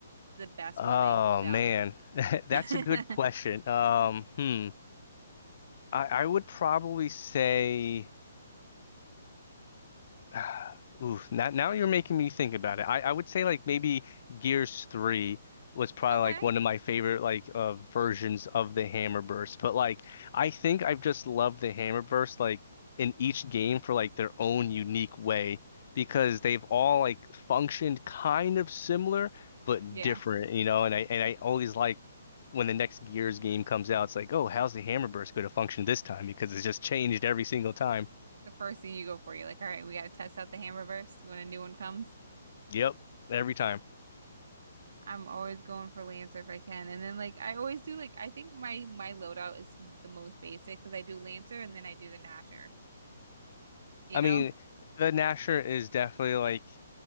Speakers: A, on the right (about 65°); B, on the left (about 55°).
A: the best
B: Oh
A: one they've done.
B: man, <laughs> that's
A: <laughs>
B: a good question. Um, hmm. I, I would probably say. <sighs> Ooh, now now you're making me think about it. I, I would say like maybe Gears 3 was probably
A: Okay.
B: like one of my favorite like uh versions of the Hammer Burst. But like I think I've just loved the Hammer Burst like in each game for like their own unique way because they've all like functioned kind of similar but
A: Yeah.
B: different, you know, and I and I always like when the next Gears game comes out, it's like, oh, how's the Hammer Burst going to function this time? Because it's just changed every single time.
A: The first thing you go for, you're like, all right, we got to test out the Hammerverse when a new one comes.
B: Yep, every time.
A: I'm always going for Lancer if I can. And then like I always do like I think my my loadout is the most basic because I do Lancer and then I do the Nasher. You
B: I
A: know?
B: mean, the Nasher is definitely like